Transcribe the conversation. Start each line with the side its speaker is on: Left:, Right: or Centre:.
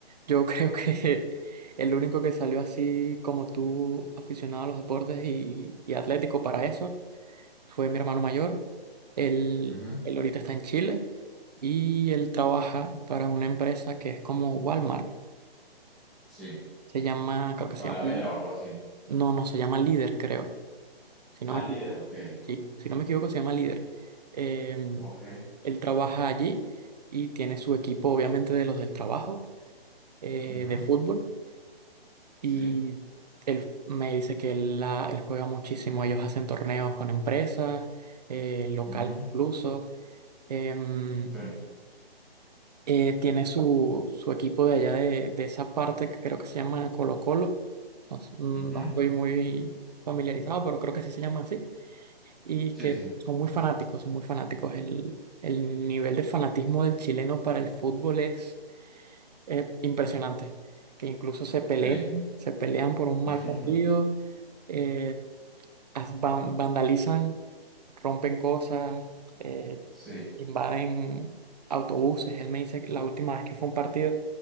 Right: Yo <laughs> creo que el único que salió así como tú, aficionado a los deportes y, y atlético para eso fue mi hermano mayor. Él,
Centre: Ujú,
Right: él ahorita está en Chile y él trabaja para una empresa que es como Walmart.
Centre: Sí,
Right: Se llama, creo que se
Centre: a
Right: llama,
Centre: la vela o algo así.
Right: no, no, se llama Líder, creo. Si no
Centre: Al
Right: me equivoco,
Centre: líder, ok,
Right: sí, si no me equivoco, se llama Líder. Eh,
Centre: ok.
Right: él trabaja allí y tiene su equipo, obviamente, de los del trabajo, eh,
Centre: ujú,
Right: de fútbol.
Centre: Sí,
Right: Y él me dice que él, la, él juega muchísimo. Ellos hacen torneos con empresas, eh, local
Centre: ujú,
Right: incluso. Em,
Centre: sí,
Right: eh, tiene su, su equipo de allá de, de esa parte que creo que se llama Colo Colo. No, s- mm,
Centre: ujú,
Right: no estoy muy familiarizado, pero creo que sí se llama así. Y
Centre: sí,
Right: que
Centre: sí,
Right: son muy fanáticos, son muy fanáticos. El, el nivel de fanatismo del chileno para el fútbol es, es impresionante. Que incluso se pelean,
Centre: sí,
Right: se pelean por un
Centre: <laughs>
Right: mal partido. eh, as van- vandalizan, rompen cosas, eh,
Centre: sí.
Right: invaden autobuses. Él me dice que la última vez que fue a un partido